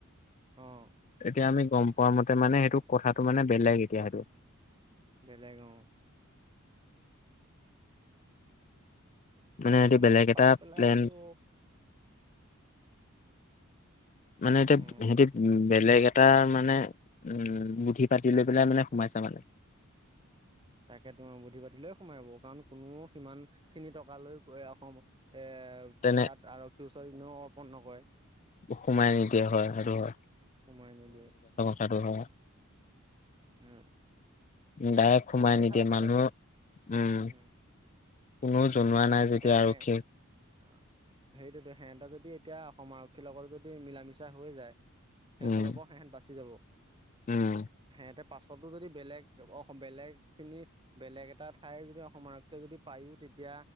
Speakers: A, on the right (about 25°); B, on the left (about 35°).
A: অ'
B: এতিয়া আমি গ'ম পোৱা মতে মানে, সেইটো কথাটো মানে বেলেগ এতিয়া সেইটো।
A: বেলেগ অ'।
B: মানে
A: তাকে
B: সেইটো বেলেগ
A: মই পাই
B: এটা
A: পেলাই
B: প্লেন
A: বোলো।
B: মানে এতিয়া
A: অ
B: সিহঁতি বেলেগ এটা মানে, উম্ বুদ্ধি পাতি লৈ পেলাই মানে সোমাই। আছে ভালে।
A: তাকে তোমাৰ বুদ্ধি পাতিলৈয়ে সোমাই বাৰু। কাৰণ কোনো সিমান খিনি টকা লৈ অসম এ
B: তেনে
A: তাত আৰক্ষী ওচৰত এনেও অৰ্পণ নকৰে।
B: সোমাই নিদিয়ে। হয় সেইটো হয়।
A: সময় নিদিয়ে।
B: কথা টো হয়।
A: উম।
B: ডাইৰেক্
A: বহুত
B: সোমাই
A: কথা
B: নিদিয়ে।
A: আছে
B: মানুহ
A: তাতে
B: উম্
A: উম
B: কোনো। জনোৱা নাই যেতিয়া
A: এতিয়া
B: আৰক্ষী
A: সেইটোৱেতো, সিহঁতৰ যদি এতিয়া অসম আৰক্ষী। লগৰ যদি মিলা মিছা হৈ যায়। সেইফালৰ
B: উম,
A: পৰাও সিহঁত বাচি যাব।
B: উম'।
A: সিহঁতে পাছতো যদি বেলেগ অসম বেলেগ খিনি বেলেগ এটা, ঠাইৰ যদি অসম আৰক্ষীয়ে যদি পায়ো, তেতিয়া তেতিয়া